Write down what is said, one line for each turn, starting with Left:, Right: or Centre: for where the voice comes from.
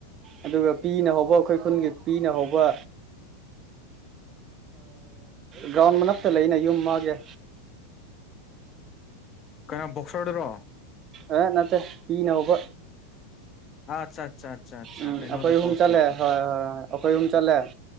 Right: ꯑꯗꯨꯒ ꯄꯤꯅ ꯍꯧꯕ ꯑꯩꯈꯣꯏ ꯈꯨꯟꯒꯤ ꯄꯤꯅ ꯍꯧꯕ ꯒ꯭ꯔꯥꯎꯟ ꯃꯅꯥꯛꯇ ꯂꯩꯅ ꯌꯨꯝ ꯃꯥꯒꯦ
Left: ꯀꯅꯥꯣ ꯕꯣꯛꯁꯔꯗꯔꯣ
Right: ꯑꯦ ꯅꯠꯇꯦ ꯄꯤꯅ ꯍꯧꯕ
Left: ꯑꯠꯆꯥ ꯑꯠꯆꯥ ꯑꯠꯆꯥ ꯑꯠꯆꯥ
Right: ꯎꯝ
Left: ꯀꯩꯅꯣꯗꯀꯣ
Right: ꯑꯩꯈꯣꯏ ꯑꯍꯨꯝ
Left: ꯑꯣꯀꯦ
Right: ꯆꯠꯂꯦ
Left: ꯑꯣꯀꯦ
Right: ꯍꯣꯏ ꯍꯣꯏ ꯍꯣꯏ ꯑꯩꯈꯣꯏ ꯑꯍꯨꯝ ꯆꯠꯂꯦ